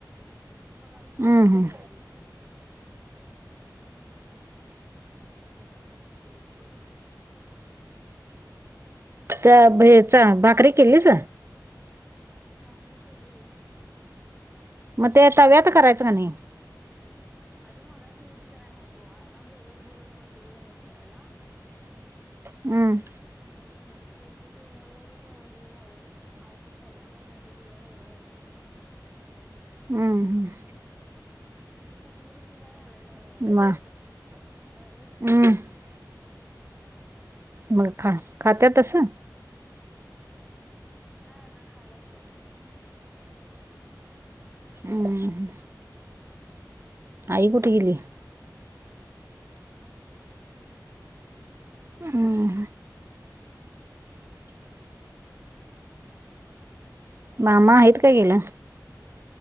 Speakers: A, in the centre; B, on the right.
A: मगपसून
B: हम्म
A: काकीिचे
B: हम्म
A: तर बरे होत अस खात जरा फारट खेलो की बस
B: त्या हचा भाकरी केलीच
A: नाकरी केलं ग
B: मग ते तव्यात करायचं का नाही
A: अगं मगाशी नीट कराय नव्हतो आता बोलत बोलत बसलेलो नीट करायला
B: हम्
A: आणि त्यांच ते मुळवाडीच हे झा औषध चालू ना त्यांचं जीवन वेगळं झा
B: हम् हम
A: चटणी बटणी काय घालायच आणि
B: म
A: नाही
B: हम्म
A: खातच
B: मग खा खात्या तसं
A: मग काय आता खायलाच पाहिजे
B: हम्म आई कुठ गली
A: काायच म
B: हम्म
A: बाई
B: मामा आहेत का गेला